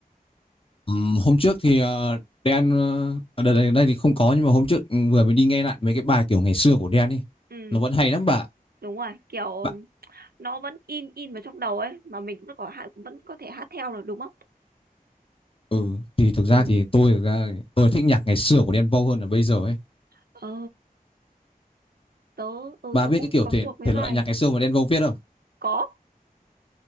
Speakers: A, on the left; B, on the right.
A: ừm, hôm trước thì ờ, Đen ờ, ở đây, đây, đây thì không có nhưng mà hôm trước ừ, vừa mới đi nghe lại mấy cái bài kiểu ngày xưa của Đen đi
B: Ừm,
A: Nó vẫn hay lắm bà.
B: đúng rồi, kiểu
A: Bà
B: nó vẫn in in vào trong đầu ấy, mà mình cũng có hạ- cũng vẫn có thể hát theo được đúng không?
A: ừ thì thực
B: Ừm,
A: ra thì tôi thực ra thì tôi thích nhạc ngày xưa của Đen Vâu hơn là bây giờ ấy.
B: ờ, tớ, ừ,
A: Bà
B: tớ
A: biết
B: cũng
A: cái kiểu
B: có
A: thể
B: thuộc mấy
A: thể
B: bài.
A: loại nhạc ngày xưa mà Đen Vâu viết không?
B: Có,